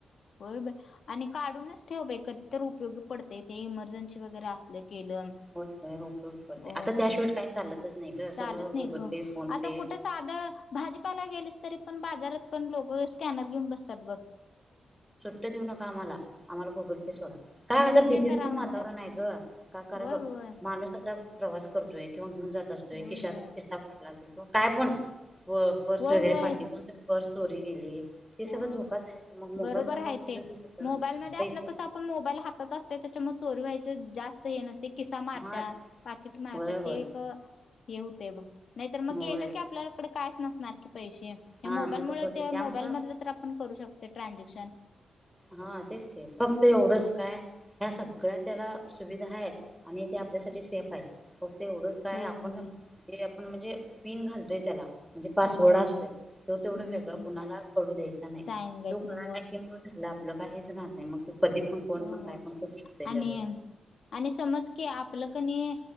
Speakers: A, on the left; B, in the centre.
A: बरोर आणि काढूनच ठेवय कधी तर उपयोगी पडते ते इमर्जन्सी वगैरे असले केलं
B: होते
A: होय
B: आता त्याशिवाय काही चालतच नाही ग
A: चालत
B: सगळं गुगल
A: नाही ग
B: पे फोन
A: आता
B: पे
A: कुठं साधं भाजीपाला गेलीस तरी पण बाजारात पण लोक स्कॅनर घेऊन बसतात बघ.
B: टे देऊ नका आम्हाला, आम्हाला गुगल पे सोडा. काय
A: गुगल
B: आता भीतीच
A: पे करा
B: पण
A: म्हणतात
B: वातावरण ये ग, का करा
A: होय
B: बघ
A: होय
B: माणूस आता प्रवास करतोय किंवा घन जात असतोय,
A: होय
B: किशात
A: होय
B: किसा फाटला असतो किंवा काय पण पर्स
A: होय
B: वगैरे
A: होय
B: फाटली कोणत पर्स चोरी गेली ते सगळं
A: हो
B: धोकाच आहे मग मोबाईल
A: बरोबर
B: जपून
A: हाहे
B: ठेवलं
A: ते
B: की कसं
A: मोबाईल मध्ये
B: पैसे
A: असल कस आपण मोबाईल हातात असत म चोरवायच जास्त ये न ते किसा मारत्यात
B: हा
A: पाकिट मारत्यात
B: होय होय
A: ते एक हे होतय बघ. नाही तर मग
B: होय
A: गेल की आपल्याकडे कायच नसणार की पैशे
B: हा
A: मोबाईल
B: मग
A: मुळ
B: तसं होत
A: ते
B: त्यामुळं
A: मो तर करू शकतो ट्रांजेक्शन.
B: हा तेच के फक्त एवढच काय? ह्या सगळ्या त्याला सुविधा हाहेत आणि ते आपल्यासाठी सेफ हेत. एवढच काय
A: हो
B: आपण
A: होय
B: जे आपण म्हणजे पिन घालतोय त्याला म्हणजे पासवर्ड
A: होय
B: असतोय, तो तेवढ
A: हम्म
B: वेगळा कोणाला कळू द्यायचा नायी
A: सांगायच
B: तो कोळाला
A: नाही होय
B: कि आपल काहीच ऱ्हात नाही मग कोण
A: हो
B: पण काय
A: हो
B: पण करू शकते
A: आणि,
B: त्याच
A: आणि समज की आप आपल कणी